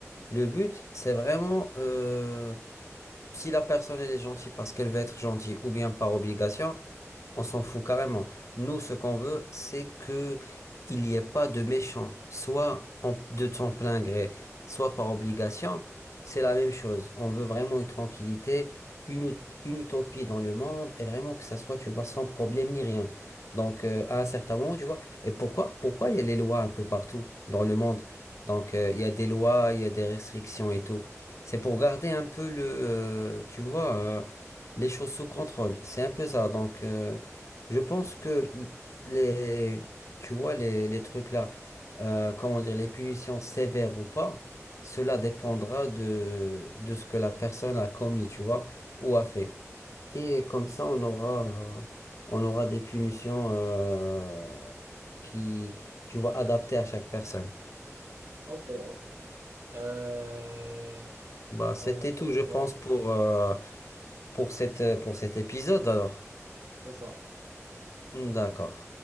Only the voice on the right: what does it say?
Ok, ok. Euh,
oh,
voilà,
c'est ça.